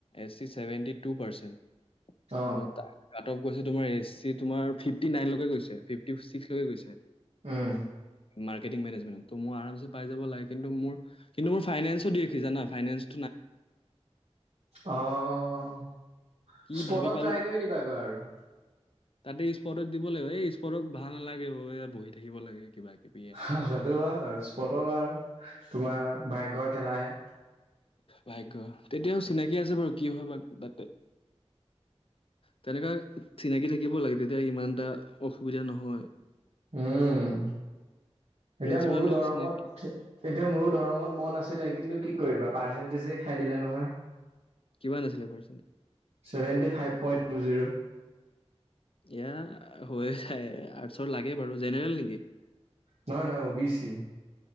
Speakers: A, on the left; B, on the right.
A: S C seventy two percent. <unintelligible>
B: অ
A: টপ গৈছে তোমাৰ এছ চি তোমাৰ ফিফটি নাইনলৈকে গৈছে, ফিফটি ছিক্সলৈকে গৈছে।
B: উম।
A: মাৰ্কেটিং মেনেজমেনট, তো মই আৰামছে পাই যাব লাগ কিন্তু মোৰ, কিন্তু মোৰ ফাইনেন্সো দি ৰাখি জানা ফাইনেন্স
B: অ'।
A: কি
B: স্পটত
A: ভাবি পালো
B: ট্ৰাই কৰি দিবাগৈ আৰু। <inaudible>
A: এই স্পটত দিব লাগিব, এই স্পটত ভাল নালাগে ঐ বহি থাকিব লাগে কিবা কিবি এয়া
B: <unintelligible> সেইটো হয় বাৰু, স্পটত আৰু তোমাৰ, ভাগ্যৰ খেলাহে।
A: ভাগ্য, তেতিয়াও চিনাকি আছে বাৰু কি হয় বা তাতে। তেনেকুৱা চিনাকি থাকিব লাগে, তেতিয়া ইমান এটা অসুবিধা নহয়।
B: উম,
A: প্ৰিঞ্চিপালৰ
B: এতিয়া মোৰো
A: লগত
B: দৰঙত,
A: চিনাকি
B: এতিয়া মোৰো দৰঙত মন আছিলে কিন্তু কি কৰিবা পাৰ্চেন্টেজেই খাই দিলে নহয়।
A: কিমান আছিলে percentage
B: seventy five point two zero.
A: এয়া, হৈ যায়, আৰ্টচৰ লাগে বাৰু জেনেৰেল নেকি?
B: নহয় নহয়, O B C.